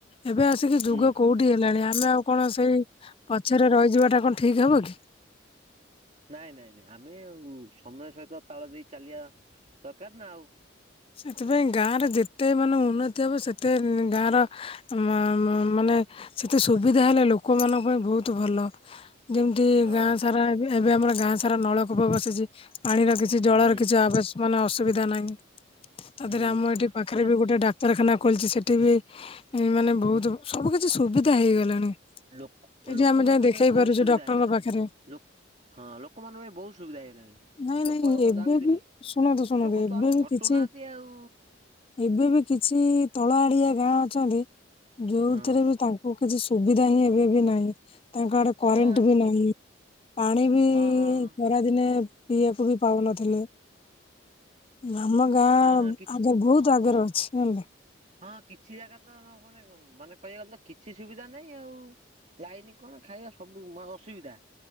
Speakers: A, on the left; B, on the right.
A: ଏବେ ଆଉ ସେ ଯାଇକିି
B: ହୁଁ
A: ଯୁଗ କୋଉଠି ହେଲାଣି ଆମେ ଆଉ କଣ ସେଇ ପଛରେ ରହିଯିବାଟା କଣ ଠିକ ହବ କି?
B: ନାଇଁ ନାଇଁ ନାଇଁ ଆମେ ଆଉ ସମୟ ସହିତ ତାଳ ଦେଇ ଚାଲିବା ଦରକାର ନା ଆଉ।
A: ସେଥିପାଇଁ ଗାଁ ରେ ଯେତେ ମାନେ ଉନ୍ନତି ହବ ସେତେ ଗାଁ ର ମା ମା ମାନେ ସେତେ ସୁବିଧା ହେଲେ ଲୋକମାନାନଙ୍କ ପାଇଁ ବହୁତ ଭଲ। ଯେମିତି
B: ହଁ।
A: ଗାଁ ସାରା ଏବେ ଏବେ ଆମର ଗାଁ ସାରା ନଳକୂପ ବସିଛି ପାଣି ଲାଗି ଛି ଜଳର
B: ହୁଁ
A: କିଛି ଆବଶ ମାନେ ଅସୁବିଧା ନାହିଁ ତା
B: ହୁଁ
A: ଦେହରେ ଆମ ଏଠି ପାଖରେ
B: ଏ
A: ବି ଗୋଟେ ଡାକ କ୍ତରଖାନା ଖୋଲିଛି ସେଠି ବି ଏ ମାନେ ବହୁତ ସବୁ କିଛି ସୁବିଧା ହେଇଗଲାଣି।
B: ଲୋକ
A: ସେଠି
B: ଲୋକମାନଙ୍କ
A: ଆମେ ଯାଇ ଦେଖେଇ
B: ପାଇଁ ବହୁତ
A: ପାରୁଛୁ
B: ସୁବିଧା
A: ଡକ୍ଟରଙ୍କ
B: ହେଇଗଲାଣି
A: ପାଖରେ
B: ଲୋକ ହଁ ଲୋକମାନଙ୍କ ପାଇଁ ବହୁତ ସୁବିଧା ହେଇଗଲାଣି
A: ନାଇଁ
B: ଲୋକ
A: ନାଇଁ
B: ଆଉ କଣ
A: ଏବେ
B: ଯାଉଛନ୍ତି
A: ବି ଶୁଣନ୍ତୁ ଶୁଣନ୍ତୁ
B: ଲୋକ
A: ଏବେ
B: ତ ଆଉ
A: ବି
B: ଖଟ୍
A: କିଛି
B: ଟୁ ନାହାଁନ୍ତି ଆଉ।
A: ଏବେ ବି କିଛି ତଳ ଆଡିଆ ଗାଁ ଅଛନ୍ତି ଯୋଉଥିରେ
B: ହଁ
A: ବି ତାଙ୍କୁ କିଛି ସୁବିଧା ହିଁ ଏବେ ବି ନାହିଁ। ତାଙ୍କ ଆଡେ
B: ହଁ
A: କରେଣ୍ଟ
B: ହଁ ଏମିତି
A: ବି ନାହିଁ
B: କିଛି
A: ପାଣି ବି
B: ହଁ ହଁ ହଁ
A: ଖରାଦିନେ ପିଇଆକୁ ବି ପାଉନଥିଲେ। ଆମ ଗାଁ
B: ହଁ
A: ଆଗରେ
B: ହଁ କିଛି
A: ବହୁତ ଆଗରେ ଅଛି ଜାଣିଲେ।
B: ହଁ କିଛି ଜାଗା ତ କଣ ମାନେ ଉଁ ମାନେ କହିବାକୁ ଗଲେ ତ କିଛି ସୁବିଧା ନାହିଁ ଆଉ। ଲାଇନି କଣ ଖାଇବା ସବୁ ଅସୁବିଧା।